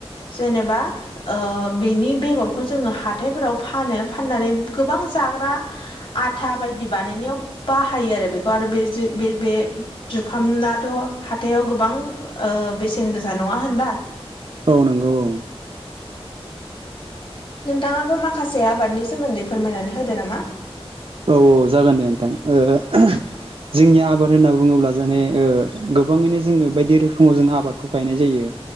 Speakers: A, on the left; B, on the right.
A: जेनेबा ओ बेनि बेगरखौ जोङो हाथायफोराव फानो फाननानै गोबां जाग्रा आथा बायदि बानायनायाव बाहायो आरो बेखौ आरो बे जे बे बे जुखामनाथ' हाथायाव गोबां ओ बेसेन गोसा नङा होनबा
B: औ नंगौ औ।
A: नोंथाङाबो माखासे आबादनि सोमोन्दै फोरमायनानै होदो नामा?
B: औ औ जागोन दे नोंथां ओ <unintelligible> जोंनि आबाद होनना बुङोब्ला जाने ओ गोबाङैनो जोङो बायदि रोखोमाव जों आबादखौ गायनाय जायो।